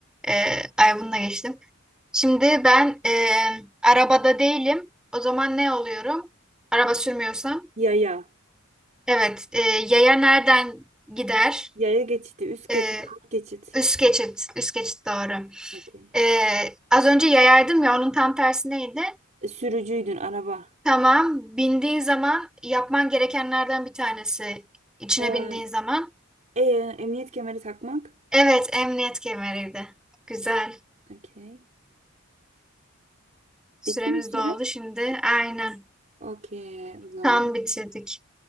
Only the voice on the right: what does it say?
Yaya.
Yaya geçidi. Üst geçit.
Alt geçit.
Okey.
E, Sürücüydün araba.
Ee,
e, emniyet kemeri takmak.
Okey.
Bitti mi süre?
Okey. O zaman